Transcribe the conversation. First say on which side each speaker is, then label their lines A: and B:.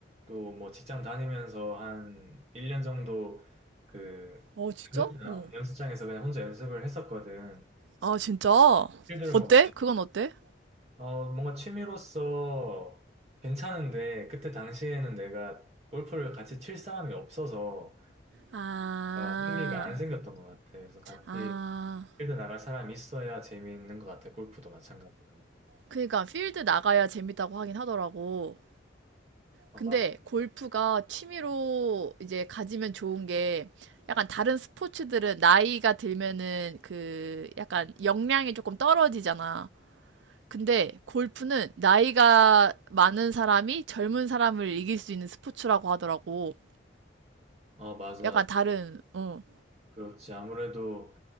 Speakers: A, on the right (about 35°); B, on the right (about 75°).
A: 또 뭐 직장 다니면서 한 1년 정도 그
B: 어, 진짜?
A: 연습장
B: 어.
A: 연습장에서 그냥 혼자 연습을 했었거든.
B: 아, 진짜?
A: 필드를
B: 어때?
A: 뭐
B: 그건 어때?
A: 어, 뭔가 취미로서 괜찮은데, 그때 당시에는 내가 골프를 같이 칠 사람이 없어서
B: 아,
A: 아, 흥미가 안 생겼던 것 같아. 그래서 같이
B: 아,
A: 필드 나갈 사람이 있어야 재미있는 것 같아. 골프도 마찬가지로.
B: 그러니까 필드 나가야 재밌다고 하긴 하더라고.
A: 어,
B: 근데
A: 맞,
B: 골프가 취미로 이제 가지면 좋은 게 약간 다른 스포츠들은 나이가 들면은 그 약간 역량이 조금 떨어지잖아. 근데 골프는 나이가 많은 사람이 젊은 사람을 이길 수 있는 스포츠라고 하더라고.
A: 어, 맞아.
B: 약간 다른, 어,
A: 그렇지. 아무래도